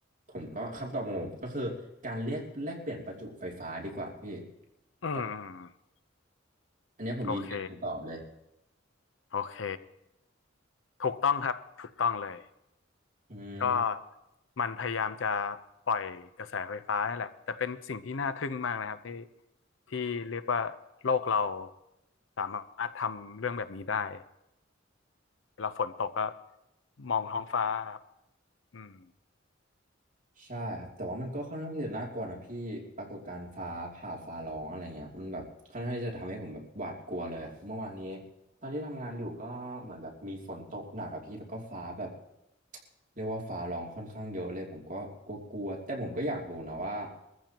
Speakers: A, on the right (about 40°); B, on the left (about 70°).
A: ผมก็คำตอบของผมก็คือการเรียกแลกเปลี่ยนประจุไฟฟ้าดีกว่าพี่
B: อืมอืม
A: แต่อันเนี้ยผมยืนยันคำตอบเลย
B: โอเคโอเค ถูกต้องครับ ถูกต้องเลย
A: อืม
B: ก็มันพยายามจะปล่อยกระแสไฟฟ้าแหละแต่เป็นสิ่งที่น่าทึ่งมากนะครับที่ที่เรียกว่าโลกเราสามารถทำเรื่องแบบนี้ได้ เวลาฝนตกก็มองท้องฟ้าครับอืม
A: ใช่ครับแต่ว่ามันก็ค่อนข้างที่จะน่ากลัวนะพี่ปรากฏการณ์ฟ้าผ่าฟ้าร้องอะไรเงี้ยมันแบบค่อนข้างที่จะทำให้ผมแบบหวาดกลัวเลยอะเมื่อวานนี้ตอนที่ทำงานอยู่ก็เหมือนแบบมีฝนตกหนักอะพี่แล้วก็ฟ้าแบบเรียกว่าฟ้าร้องค่อนข้างเยอะเลยผมก็กลัวๆแต่ผมก็อยากรู้นะว่า